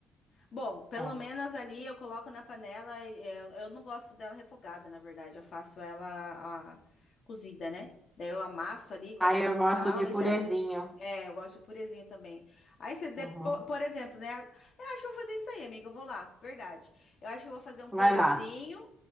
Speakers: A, on the left (about 55°); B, in the centre.
A: Bom, pelo
B: é.
A: menos ali eu coloco na panela. e Eu, eu não gosto dela refogada, na verdade. Eu faço ela ah, cozida, né? Daí eu amasso ali, coloco
B: Aí eu
A: um
B: gosto
A: sal
B: de
A: e
B: purezinho.
A: já era. É, eu gosto de purezinho também. Aí você, depo...
B: Uhum.
A: por exemplo, né? Eu acho que eu vou fazer isso aí, amiga. Eu vou lá, verdade. Eu acho que eu vou fazer um purezinho
B: Vai lá.